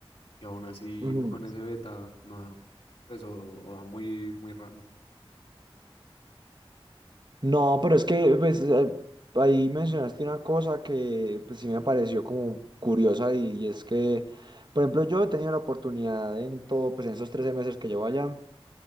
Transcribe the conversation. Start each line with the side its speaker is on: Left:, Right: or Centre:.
Left: Y aún así
Right: ujú.
Left: con ese beta no da. Pues o, o da muy, muy raro.
Right: No,
Left: Sí.
Right: pero es que pues, eh, ahí mencionaste una cosa que pues, sí me pareció como curiosa y, y es que, por ejemplo, yo he tenido la oportunidad en todo, pues en esos 13 meses que llevo allá,